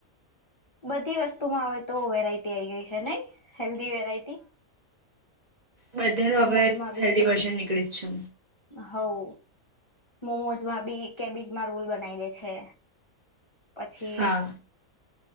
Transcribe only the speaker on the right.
બધા ન
હવે
હેલ્ધી વર્ઝન નીકળી જ છે.
હા